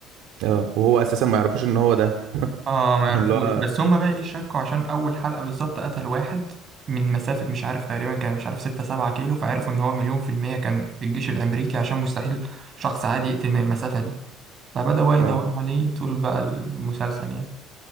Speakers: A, on the right (about 75°); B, on the right (about 40°).
A: اه وهو اساسا ما يعرفوش ان هو ده <laughs>
B: اه ما يعرفوش
A: يعني اللي هو
B: بس هما بقى ايه شكوا عشان اول حلقة بالظبط قتل واحد من مسافة مش عارف تقريبا كان مش عارف ستة سبعة كيلو فعرفوا ان هو مليون في المية كان في الجيش الامريكي عشان مستحيل شخص عادي يقتل من المسافة دي فبدأوا بقى يدوروا
A: اه
B: عليه طول بقى المسلسل يعني